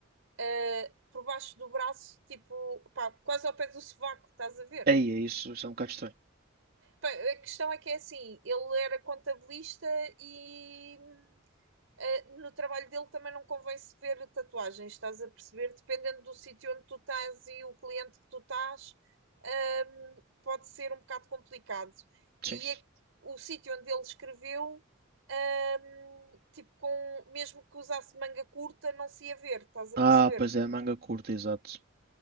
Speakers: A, on the right (about 70°); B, on the right (about 50°).
A: eh, por baixo do braço, tipo, pá, quase ao pé do sovaco, estás a ver?
B: ei, é isso, isso é um bocado estranho.
A: Pa- A questão é que é assim, ele era contabilista e hum, ah, no trabalho dele também não convém se ver tatuagens, estás a perceber? Dependendo do sítio onde tu estás e o cliente que tu estás, hum, pode ser um bocado complicado.
B: Sim.
A: E a- o sítio onde ele escreveu, hum, tipo, com, mesmo que usasse manga curta, não se ia ver, estás a
B: Ah,
A: perceber?
B: pois é, manga curta, exato.